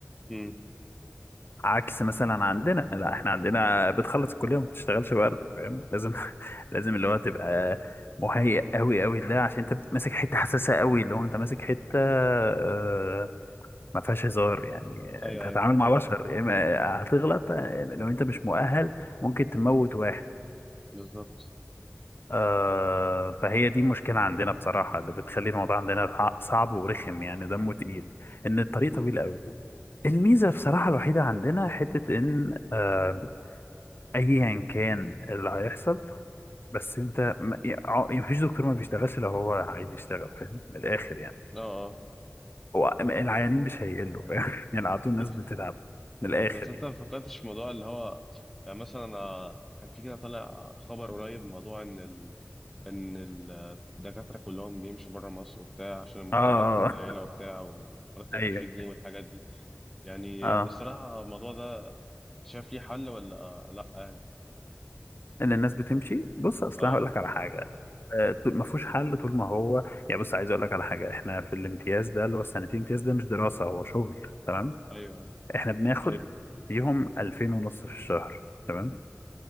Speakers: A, in the centre; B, on the left.
A: امم
B: عكس مثلا عندنا لا احنا عندنا بتخلص الكليه وما بتشتغلش برضه فاهم لازم <laughs> لازم اللي هو تبقى مهيئ قوي قوي ده عشان انت ماسك حته حساسه قوي اللي هو انت ماسك حته آه، ما فيهاش هزار يعني
A: ايوه
B: انت
A: ايوه
B: هتتعامل مع بشر يا اما هتغلط لو انت مش مؤهل ممكن تموت واحد
A: بالظبط
B: آه فهي دي مشكلة عندنا بصراحة اللي بتخلي الموضوع عندنا ح- صعب ورخم يعني دمه تقيل ان الطريق
A: امم
B: طويل قوي الميزة بصراحة الوحيدة عندنا حتة ان آه ايا كان اللي هيحصل بس انت ما يع- مفيش دكتور ما بيشتغلش لو هو عايز يشتغل فاهم من الاخر يعني
A: اه اه
B: هو العيانين مش هيقلوا فاهم <laughs> يعني على طول الناس
A: <laughs>
B: بتتعب من الاخر
A: بس انت
B: يعني
A: ما فكرتش في موضوع اللي هو يعني مثلا انا كان في كده طالع خبر قريب موضوع ان ان الدكاتره كلهم بيمشوا بره مصر وبتاع عشان المرتبات
B: اه آه،
A: قليله
B: آه.
A: وبتاع ومرتب
B: ايوه
A: 1000 جنيه والحاجات دي يعني
B: اه
A: الصراحه الموضوع ده انت شايف ليه حل ولا لا يعني
B: ان الناس بتمشي بص اصل
A: اه
B: أنا هقول لك على حاجه آه، طول- ما فيهوش حل طول ما هو يعني بص عايز اقول لك على حاجه احنا في الامتياز ده اللي هو السنتين امتياز ده مش دراسه هو شغل تمام
A: ايوه أيوة.
B: احنا بناخد ايوه فيهم 2000 ونص في الشهر تمام